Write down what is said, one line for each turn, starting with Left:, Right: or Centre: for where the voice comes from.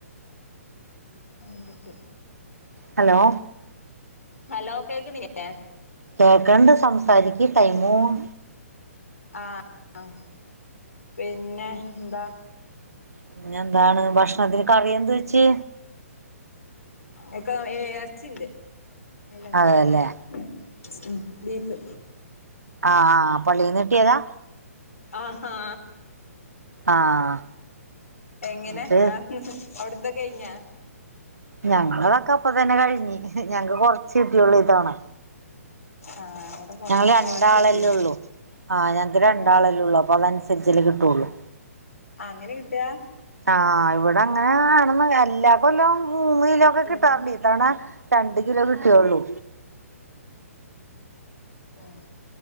Left: <unintelligible> <unintelligible>
Right: ഹലോ
Left: ഹലോ കേക്കിണില്ലേ
Right: കേക്കണുണ്ട് സംസാരിക്ക് ടൈമു പോവും
Left: ആഹ് പിന്നെ എന്താ
Right: പിന്നെ എന്താണ് ഭക്ഷണത്തിന് കറിയെന്ത് വെച്ച്
Left: എക്ക എറച്ചി ഉണ്ട് <unintelligible>
Right: അതെല്ലേ
Left: ഉം ബീഫ്
Right: ആഹ് ആഹ് പള്ളീന്ന് കിട്ടിയതാ
Left: ആഹ് ആഹാ
Right: ആഹ്
Left: എങ്ങനെ
Right: എന്നിട്ട്
Left: ആഹ് അവി അവിടുത്തെ കഴിഞ്ഞോ
Right: ഞങ്ങള് ക്കപ്പത്തന്നെ കഴിഞ് ഞങ്ങക്ക് കൊറച്ച് കിട്ടിയൊള്ളു ഇത്തവണ
Left: ആഹ് അവിടെ കൊറച്ച്
Right: ഞങ്ങള് രണ്ടാളല്ലേ
Left: തോനെ കിട്ടീന്
Right: ഉള്ളൂ ആഹ് ഞങ്ങക്ക് രണ്ടാളല്ലേ
Left: ആഹ്
Right: ഉള്ളു അപ്പൊ അതനുസരിച്ചല്ലെ കിട്ടൊള്ളു
Left: അങ്ങനെ കിട്ടാ
Right: ആഹ് ഇവിടെ അങ്ങനാണെന്ന് അല്ല <unintelligible> മൂന്ന് കിലോ ഒക്കെ
Left: അല്ലെന്ന
Right: കിട്ടാറുണ്ട് ഇ തവണ രണ്ട കിലോ കിട്ടിയൊള്ളൂ
Left: ഉം